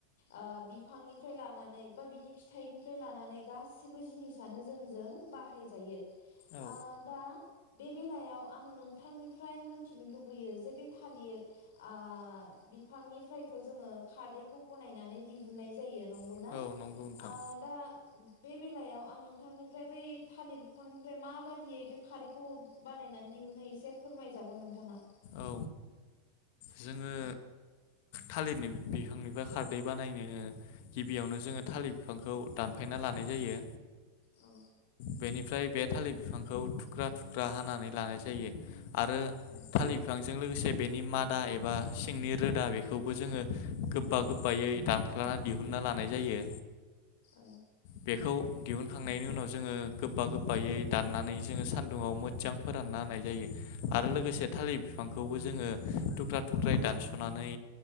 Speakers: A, on the left (about 80°); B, on the left (about 45°).
A: आ बिफांनि फ्राय लानानै बा बिनि फिथाइनिफ्राय लानानै गासिबो जिनिसनो जोंजों बाहायजायो।
B: औ
A: आ दा बे बेलायाव आङो नोंथांनिफ्राय मोनथिनो लुबैयो जे बे थालिर ओ बिफांनिफ्रायथ जोङो खारदैखौ बनायनानै दिहुनन्नाय जायो। नंगौना
B: औ नंगौ नोंथां
A: आ दा बे बेलायाव आं नोंथांनिफ्राय बै थालिर बिफांनिफ्राय माबादियै बे खारैखौ बानायनानै दिहुनो एसे फोरमायजागोन नोंथाङा।
B: औ जोङो
A: औ
B: थालिरनि बि फांनिफ्राय खारदै बानायनो ओ गिबियावनो जोङो थालिर बिफांखौ दानफायना लानाय जायो।
A: औ।
B: बेनिफ्राय बे थालिर बिफांखौ थुख्रा थुख्रा हानानै लानाय जायो। आरो
A: औ
B: थालि बेजों लोगोसे बेनि मादा एबा सिंनि रोदा बेखौबो जोङो गोबा गोबायै दानख्लानानै दिहुनन्ना लानाय जायो।
A: औ
B: बेखौ दिहुनखांनायनि उनाव जोङो गोबा गोबायै दाननानै जोङो सान्दुुंआव मोजां फोरानना होनाय जायो आरो लोगोसे थालिर बिफांखौबो जोङो थुख्रा थुख्रायै दानसनानै